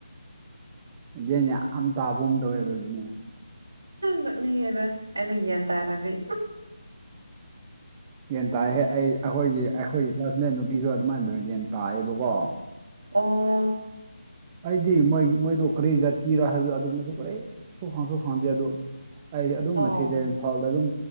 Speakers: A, on the right; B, on the right.
A: ꯒꯦꯟ ꯌꯥꯝ ꯇꯥꯕ ꯑꯃ ꯇꯕꯒꯨꯝ ꯇꯧꯋꯦ ꯑꯗꯨꯒꯤꯅꯦ
B: ꯅꯣꯛꯅꯤꯡꯉꯦꯗ ꯑꯩꯅ ꯒ꯭ꯌꯥꯟ ꯇꯥꯔꯗꯤ꯫
A: ꯒ꯭ꯌꯥꯟ ꯇꯥꯢꯍꯦ ꯑꯩ ꯑꯈꯣꯏꯒꯤ ꯑꯩꯈꯣꯏꯒꯤ ꯀ꯭ꯂꯥꯁꯃꯦꯠ ꯅꯨꯄꯤꯁꯨ ꯑꯗꯨꯃꯥꯏꯅꯗꯨ ꯌꯦꯟ ꯇꯥꯢꯑꯦꯕꯀꯣ꯫
B: ꯑꯣ
A: ꯑꯩꯗꯤ ꯃꯣꯏ ꯃꯣꯏꯗꯣ ꯀ꯭ꯔꯤ ꯖꯥꯇꯤꯔꯥ ꯍꯥꯏꯕꯗꯣ ꯑꯗꯨꯒꯨꯝꯕꯁꯨ ꯀꯔꯤꯁꯨ ꯈꯪꯁꯨ ꯈꯪꯗꯦ ꯑꯗꯨ ꯑꯩꯁꯦ ꯑꯗꯨꯝ
B: ꯑꯣ
A: ꯉꯁꯤꯗ ꯏꯝꯐꯥꯜꯗ ꯑꯗꯨꯝ